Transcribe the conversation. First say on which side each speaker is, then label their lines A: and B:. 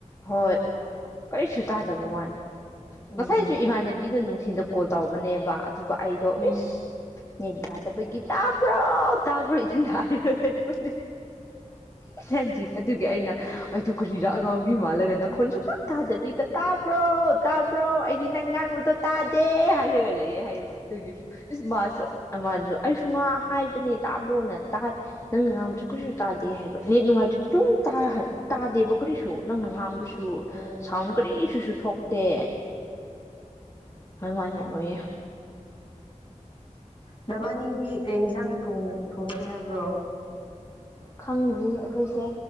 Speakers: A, on the left (about 20°); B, on the left (about 40°).
A: ꯍꯣꯏ ꯀꯔꯤꯁꯨ ꯇꯥꯗꯕ ꯋꯥꯅꯤ
B: ꯎꯝ
A: ꯉꯁꯥꯏꯁꯨ ꯏꯃꯥꯟꯅꯕꯤꯗꯣ ꯅꯨꯡꯊꯤꯜꯗ ꯀꯣꯜ ꯇꯧꯕꯅꯦꯕ ꯑꯗꯨꯒ ꯑꯩꯗꯣ
B: ꯎꯝ
A: ꯏꯁ ꯌꯥꯗꯕꯩꯒꯤ ꯇꯥꯕ꯭ꯔꯣ ꯇꯥꯕ꯭ꯔꯣ ꯏ ꯑꯟꯖꯤꯖꯤ ꯑꯗꯨꯒꯤ ꯑꯩꯅ ꯑꯩꯗꯣ ꯀꯖꯤꯔꯥꯛ ꯑ ꯉꯥꯎꯕꯤ ꯃꯥꯜꯂꯒꯅ ꯈꯣꯟꯁꯨ ꯄꯂꯞ ꯇꯥꯗꯕꯤꯗ ꯇꯥꯕ꯭ꯔꯣꯕ ꯄ꯭ꯔꯣ ꯑꯩꯗꯤ ꯅꯪ ꯉꯥꯡꯕꯗꯣ ꯇꯥꯗꯦ ꯍꯥꯏꯔꯒ ꯂꯩꯌꯦ ꯍꯥꯏꯕ ꯑꯗꯨꯒꯤ ꯏꯁ ꯃꯥꯁꯨ ꯏꯃꯥꯟꯁꯨ ꯑꯩꯁꯨ ꯉꯥ ꯍꯥꯏꯕꯅꯦ ꯇꯥꯕ꯭ꯔꯣꯅ ꯅꯪꯅ ꯉꯥꯡꯕꯁꯨ ꯀꯔꯤꯁꯨ ꯇꯥꯗꯦ ꯍꯥꯏꯕ ꯅꯦꯠ ꯅꯨꯡꯉꯥꯏꯇ꯭ꯔꯗꯤ ꯑꯗꯨꯝ ꯇꯥꯗꯦꯕ ꯀꯔꯤꯁꯨ ꯅꯪꯅ ꯉꯥꯡꯕꯁꯨ
B: ꯎꯝ
A: ꯁꯥꯎꯟ ꯀꯔꯤꯁꯨꯁꯨ ꯊꯣꯛꯇꯦ ꯑꯗꯨꯃꯥꯏꯅ ꯑꯣꯏꯌꯦ
B: ꯅꯕꯥꯅꯤꯗꯤ ꯀꯩ ꯏꯟꯁꯥꯡ ꯊꯣꯡꯒꯦ ꯍꯥꯏꯕ꯭ꯔꯣ
A: ꯈꯪꯗ꯭ꯔꯤ ꯑꯩꯈꯣꯏꯁꯦ